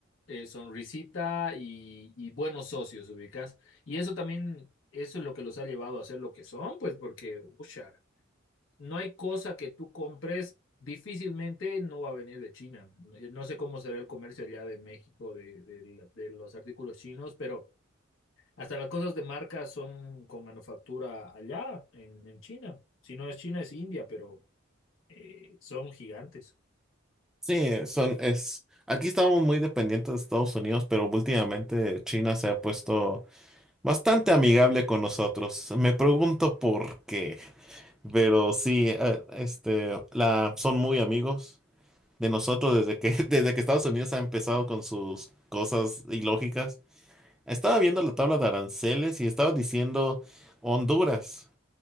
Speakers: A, on the left; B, in the centre.
A: eh, sonrisita y, y buenos socios, ubicas. Y eso también, eso es lo que los ha llevado a ser lo que son, pues porque, ucha no hay cosa que tú compres, difícilmente no va a venir de China. Eh, No sé cómo será el comercio allá de México de, de- de los artículos chinos, pero hasta las cosas de marca son con manufactura allá en, en China. Si no es China, es India, pero eh, son gigantes.
B: Sí, son, es, aquí estábamos muy dependientes de Estados Unidos, pero últimamente China se ha puesto bastante amigable con nosotros. Me pregunto por qué, pero sí, eh, este, la, son muy amigos de nosotros desde que, <laughs> desde que Estados Unidos ha empezado con sus cosas ilógicas. Estaba viendo la tabla de aranceles y estaba diciendo Honduras.